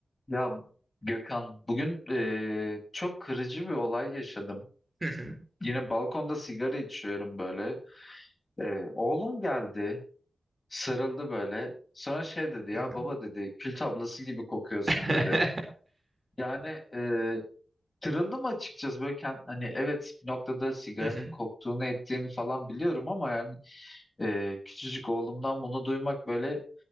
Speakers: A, on the left (about 35°); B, on the right (about 35°).
A: Ya Gökhan, bugün eee, çok kırıcı bir olay yaşadım.
B: Hı hı,
A: Yine balkonda sigara içiyorum böyle. Eee, oğlum geldi, sarıldı böyle. Sonra şey dedi, ya
B: hı hı,
A: baba dedi, kül tablası gibi kokuyorsun
B: <laughs>
A: dedi. Yani eee kırıldım açıkçası böyle kend- hani evet bir noktada sigaranın
B: hı hı,
A: koktuğunu ettiğini falan biliyorum ama yani eee, küçücük oğlumdan bunu duymak böyle